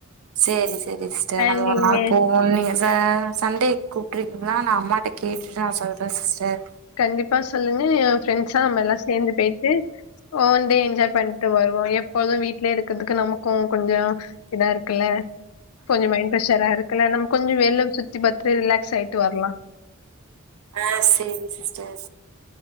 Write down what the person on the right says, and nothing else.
சேரி சேரி சிஸ்டர்
நம்ம
ஒரு நாள் போகோம்னு நீங்க ச சண்டே கூப்ட்ருக்கீங்கன்னா நா அம்மாட்ட கேட்டுட்டு நா சொல்றே சிஸ்டர்
ஆ சேரி சிஸ்டர்